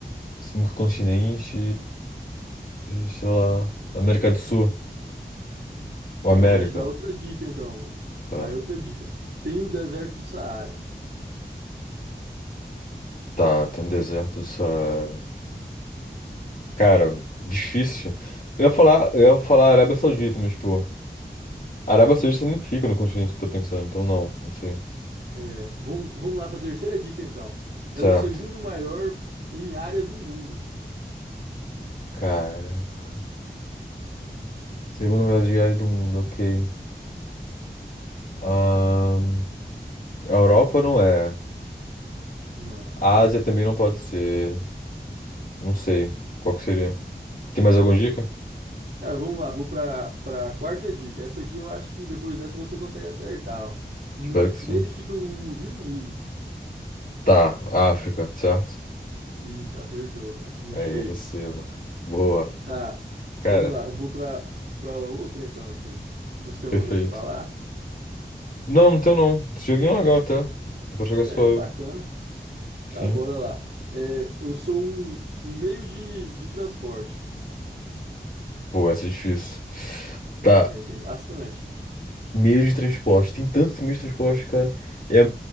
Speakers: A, on the left (about 50°); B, on the right (about 75°).
A: Cinco continentes, sei lá. América do Sul. O
B: Não,
A: América.
B: eu vou te dar outra dica então, mano.
A: Tá.
B: Vai outra dica. Tem o deserto do Saara.
A: Tá, tem um deserto do Saara. Cara, difícil. Eu ia falar, eu ia falar Arábia Saudita, mas, pô, Arábia Saudita não fica no continente que eu tô pensando, então não, não sei.
B: É, vamos, vamos lá para a terceira dica então.
A: Certo.
B: É o segundo maior em área do mundo.
A: Caraca. Segundo maior diário do mundo, ok. Ahn, a Europa não é.
B: Não.
A: A Ásia também não pode ser. Não sei. Qual que seria? Tem mais alguma dica?
B: Cara, vamos lá, vou para para a quarta dica. Essa aqui eu acho que depois dessa você consegue acertar, ó. N-
A: Espero que sim.
B: nele fica o Rio Nilo.
A: Tá, África, certo?
B: Isso, acertou, cara. Enchei.
A: Aí, recebo. Boa.
B: Tá,
A: Cara,
B: vamos lá. Eu vou pra, pra outra então aqui. Você tem
A: perfeito.
B: alguma coisa pra falar?
A: Não, então não. Esse joguinho é legal até. Dá pra jogar
B: É,
A: suave.
B: bacana.
A: Sim.
B: Tá, bora lá. É, eu sou um, um meio de, de transporte.
A: Pô, essa é difícil. Tá,
B: É, tem bastante.
A: meio de transporte. Tem tantos meios de transporte, cara. É.